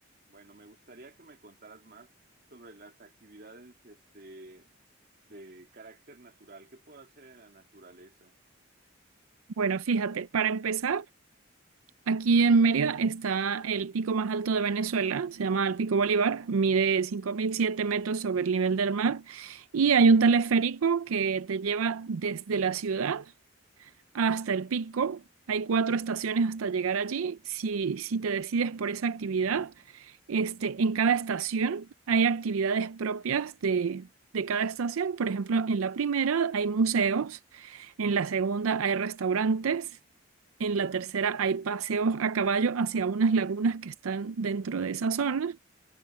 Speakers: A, on the right; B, on the right.
A: bueno, me gustaría que me contaras más sobre las actividades, este, de carácter natural. ¿Qué puedo hacer en la naturaleza?
B: Bueno, fíjate, para empezar... Aquí en Mérida está el pico más alto de Venezuela, se llama el Pico Bolívar, mide 5.007 metros sobre el nivel del mar y hay un teleférico que te lleva desde la ciudad hasta el pico. Hay cuatro estaciones hasta llegar allí. Si, si te decides por esa actividad, este, en cada estación hay actividades propias de, de cada estación. Por ejemplo, en la primera hay museos, en la segunda hay restaurantes, en la tercera hay paseos a caballo hacia unas lagunas que están dentro de esa zona.